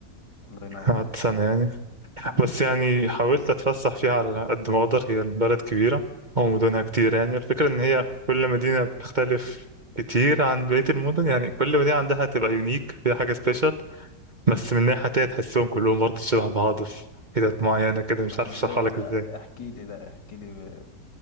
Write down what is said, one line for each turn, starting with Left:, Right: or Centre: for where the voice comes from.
Left: الله ينور
Right: قعدت سنة يعني
Left: مم.
Right: بس يعني حاولت اتفسح فيها على قد ما اقدر هي البلد كبيرة او مدنها كتير يعني الفكرة ان هي كل مدينة بتختلف كتير عن بقية المدن يعني كل مدينة عندها تبقى يونيك فيها حاجة سبيشال بس من ناحية تانية تحسهم كلهم برضه شبه بعض في حتت معينة كده مش
Left: طب
Right: عارف
Left: ازاي
Right: اشرحها لك
Left: بقى
Right: ازاي
Left: احكي لي لا احكي لي ب-